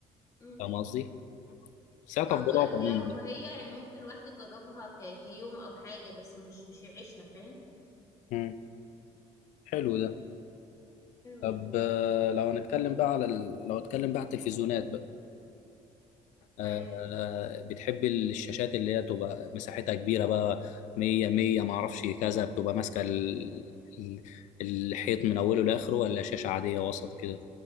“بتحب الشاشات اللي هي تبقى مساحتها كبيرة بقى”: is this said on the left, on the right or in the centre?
Left